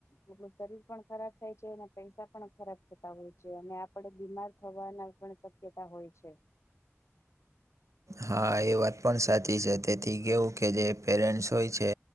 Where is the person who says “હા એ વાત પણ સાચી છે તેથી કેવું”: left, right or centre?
Right